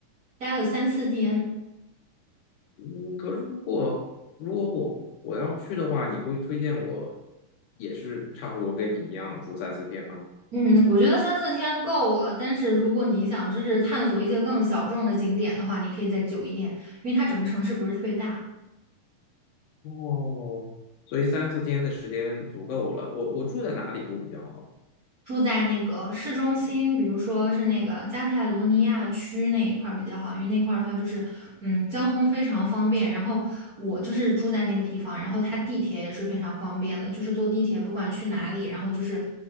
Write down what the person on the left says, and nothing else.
嗯，可是如果如果我我要去的话，你会推荐我也是差不多跟你一样住三四天吗？
哦，所以三四天的时间足够了。我我住在哪里会比较好？